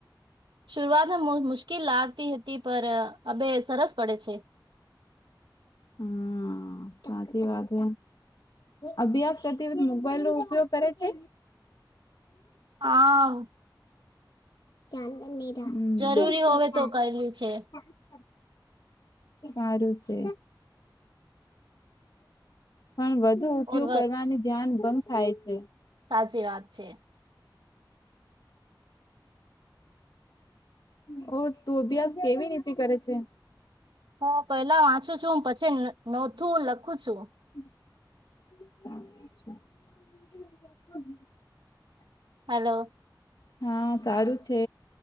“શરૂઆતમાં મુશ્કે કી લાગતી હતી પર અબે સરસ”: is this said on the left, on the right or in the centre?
Right